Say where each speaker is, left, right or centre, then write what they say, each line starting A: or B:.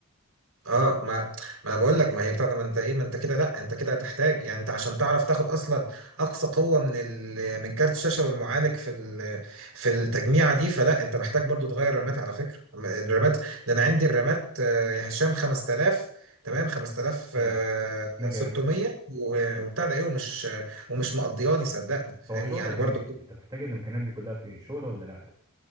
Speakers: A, on the right; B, on the right.
A: اه ما ما انا بقول لك ما هي بتاع ده، ما انت ايه ما انت كده لا انت كده هتحتاج يعني انت عشان تعرف تاخد اصلا اقصى قوه من ال... من كارت الشاشه والمعالج في ال... في التجميعه دي فلا انت محتاج برضو تغير الرامات على فكره الرامات ده انا عندي الرامات آه، يا هشام 5000 تمام 5600
B: تمام ميجا هرتز
A: و-
B: مم.
A: وبتاع ده ايه ومش ومش مقضياني صدقني فاهمني
B: هو شغلك
A: يعني برضو
B: ايه انت بتحتاج الامكانيات دي كلها في ايه شغل ولا لا